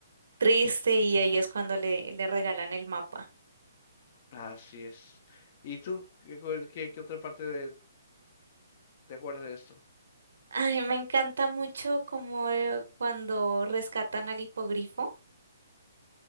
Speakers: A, on the right; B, on the left.
A: triste, y ahí es cuando le, le regalan el mapa.
B: Así es. ¿Y tú? ¿Qué, cu- qué- qué otra parte de, te acuerdas de esto?
A: Ay, me encanta mucho como eh, cuando rescatan al hipogrifo,